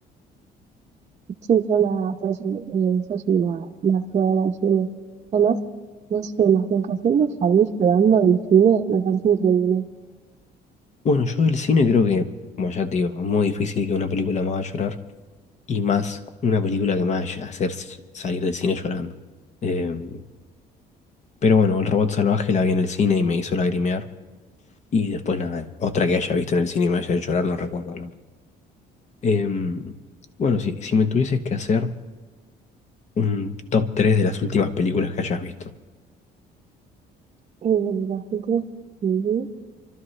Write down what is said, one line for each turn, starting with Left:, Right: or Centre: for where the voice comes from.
Right: Sí, yo la, por eso, eh, yo sí la, la fui a ver al cine. Además, no sé, la sensación de salir llorando del cine me parece increíble.
Left: Bueno, yo del cine creo que, como ya te digo, es muy difícil que una película me haga llorar y más una película que me vaya a hacer s- salir del cine llorando. Em, pero bueno, El Robot Salvaje la vi en el cine y me hizo lagrimear. Y después nada, otra que haya visto en el cine y me haya hecho llorar, no recuerdo. Em, bueno, si, si me tuvieses que hacer un top 3 de las últimas películas que hayas visto.
Right: Eh, de las películas que vi,